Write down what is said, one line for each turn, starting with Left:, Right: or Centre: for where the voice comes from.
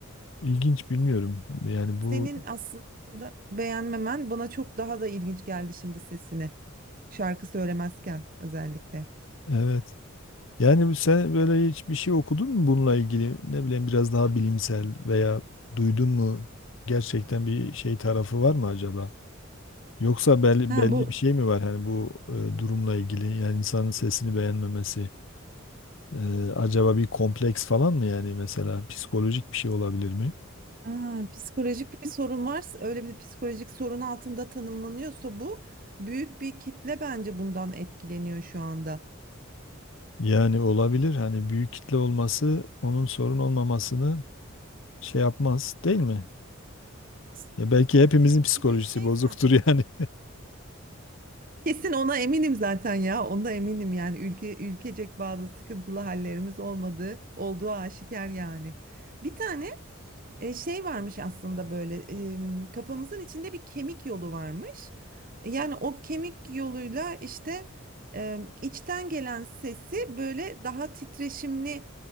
Left: ilginç bilmiyorum. Yani
Right: Senin
Left: bu
Right: aslında beğenmemen bana çok daha da ilginç geldi şimdi sesini. Şarkı söylemezken özellikle.
Left: evet. Yani bu- sen böyle hiçbir şey okudun mu bununla ilgili? Ne bileyim biraz daha bilimsel veya duydun mu? Gerçekten bir şey tarafı var mı acaba? Yoksa belli,
Right: Ha
Left: belli
Right: bu
Left: bir şey mi var hani bu e, durumla ilgili yani insanın sesini beğenmemesi e, acaba bir kompleks falan mı yani mesela psikolojik bir şey olabilir mi?
Right: ha, psikolojik bir sorun varsa öyle bir psikolojik sorun altında tanımlanıyorsa bu büyük bir kitle bence bundan etkileniyor şu anda.
Left: Yani olabilir hani büyük kitle olması onun sorun olmamasını şey yapmaz değil mi?
Right: Aslında
Left: Ya belki hepimizin
Right: evet
Left: psikolojisi
Right: bir de şey
Left: bozuktur
Right: sanki
Left: yani. <laughs>
Right: Kesin ona eminim zaten ya. Onda eminim yani ülke ülkecek bazı sıkıntılı hallerimiz olmadığı olduğu aşikar yani. Bir tane e, şey varmış aslında böyle e, kafamızın içinde bir kemik yolu varmış. Yani o kemik yoluyla işte e, içten gelen sesi böyle daha titreşimli